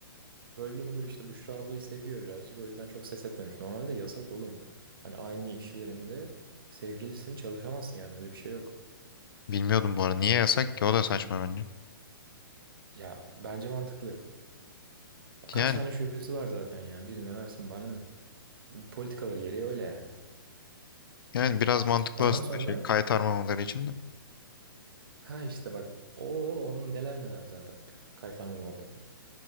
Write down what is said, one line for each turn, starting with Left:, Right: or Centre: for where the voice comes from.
Right: Bölge müdürü işte Büşra ablayı seviyor birazcık. O yüzden çok ses etmemiş. Normalde yasak oğlum. Hani aynı iş yerinde sevgilisin çalışamazsın yani öyle bir şey yok.
Left: Bilmiyordum bu arada. Niye yasak
Right: İşte-
Left: ki? O da saçma bence.
Right: ya bence mantıklı. Ya kaç
Left: Yani
Right: tane şubesi var zaten ya. Birine versin bana ne. Bu Politikaları gereği öyle yani.
Left: yani biraz mantıklı
Right: Ondan
Left: aslında
Right: sonra
Left: şey kaytarmamaları için de.
Right: ha işte bak o onun neler neler zaten. Kaytarma muhabbeti.